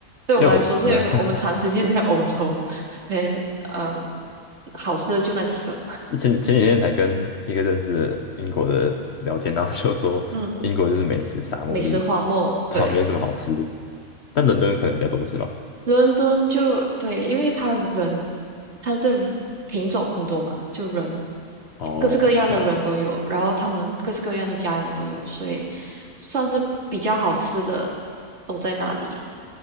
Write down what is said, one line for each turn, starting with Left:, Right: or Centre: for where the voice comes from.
Right: 对我们来说，
Left: 因为我嗯、
Right: 是因为我们长时间在欧洲，
Left: 呃
Right: <laughs> 嗯嗯，好吃的就那几个，
Left: <laughs> 前前几天才跟一个认识的英国的聊天，然后就说
Right: 嗯，
Left: <laughs> 英国就是美食沙漠，
Right: 美食荒漠。
Left: 就是它没什么好吃，
Right: 对，
Left: 但伦敦可能比较多是吗？
Right: 伦敦就对，因为他人，他的品种很多嘛，就人
Left: 哦，
Right: 各式各样的人都有，
Left: 对啊，
Right: 然后他们各式各样的佳肴都有，所以算是比较好吃的都在那里。